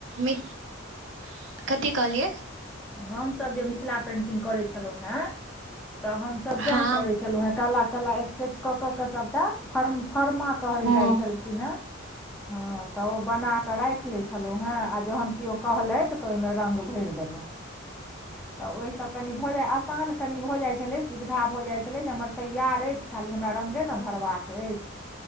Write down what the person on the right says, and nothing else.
मि <inaudible> कथी कहलियै
हँ
हँ